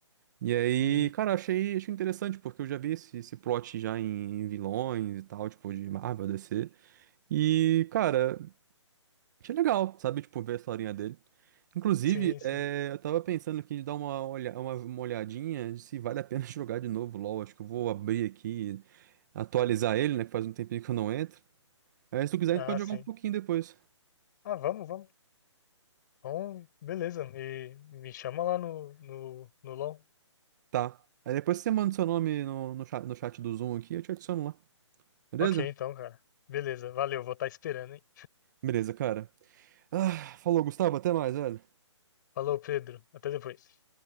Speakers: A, on the right; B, on the left.
A: E aí,
B: sim,
A: cara, achei, achei interessante, porque eu já vi esse, esse plot já em, em vilões e tal, tipo, de Marvel, DC. E, cara, Achei legal, sabe? Tipo, ver a historinha dele. Inclusive,
B: sim.
A: é,
B: sim.
A: eu tava pensando aqui de dar uma, olha, uma, uma olhadinha de se vale a pena <laughs> jogar de novo LoL. Acho que eu vou abrir aqui, atualizar ele, né? Que faz um tempinho que eu não entro. Aí, se tu quiser,
B: Ah,
A: a gente pode
B: sim.
A: jogar um pouquinho depois.
B: Ah, vamos, vamos. bom beleza. Me, me chama lá no, no, no LOL.
A: Tá. Aí depois você manda seu nome no, no chat, no chat do Zoom aqui, eu te adiciono lá. Beleza?
B: Ok, então, cara. Beleza, valeu, vou estar esperando, hein?
A: Beleza, cara. Ah, falou, Gustavo. Até mais, velho.
B: Falou, Pedro. Até depois.